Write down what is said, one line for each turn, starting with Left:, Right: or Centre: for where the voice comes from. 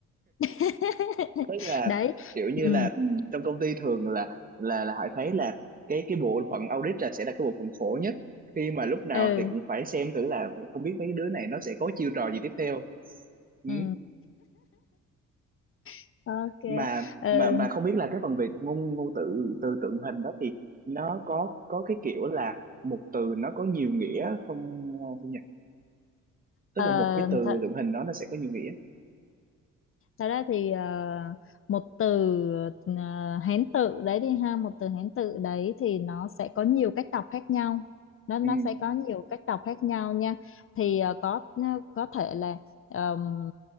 Left: <laughs>
Right: tức là
Left: đấy
Right: kiểu như
Left: ừ
Right: là ừ, trong công ty thường là là là Hải thấy là cái cái bộ phận audit là sẽ là cái bộ phận khổ nhất khi mà lúc nào
Left: ừ
Right: thì cũng phải xem thử là không biết mấy đứa này nó sẽ có chiêu trò gì tiếp theo ừ.
Left: ừ <laughs> ok
Right: mà
Left: ừ
Right: mà mà không biết là cái phần về ngôn ngôn từ từ tượng hình đó thì nó có có cái kiểu là một từ nó có nhiều nghĩa không thu nhỉ tức
Left: Ờ,
Right: là một cái từ
Left: ờ,
Right: tượng hình đó nó sẽ có nhiều nghĩa
Left: thật ra thì ờ, một từ ờ, Hán tự đấy đi ha một từ Hán tự đấy thì nó sẽ có nhiều cách đọc khác nhau nó nó
Right: ừ
Left: sẽ có nhiều cách đọc khác nhau nha thì ờ, có ờ, có thể là ờm,